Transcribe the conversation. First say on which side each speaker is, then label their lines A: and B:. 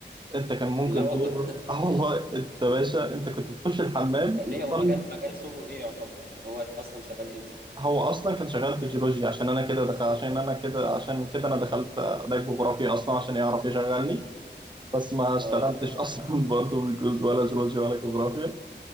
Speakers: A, on the right; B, on the right.
A: انت كان ممكن
B: لا والله
A: دور
B: <laughs>
A: اه والله انت باشا انت كنت بتخش الحمام
B: ليه
A: بتخل
B: هو مجال مجال شغله ايه يعتبر يعني هو اصلا شغال ايه بالظبط
A: هو اصلا كان شغال في الجيولوجيا عشان انا كده دخل عشان انا كده عشان كده انا دخلت ده جغرافيا اصلا عشان يعرف يشغلني بس ما اشتغلتش
B: اه
A: اصلا <laughs> برضه بالجيولوجي ولا جيولوجيا ولا جغرافيا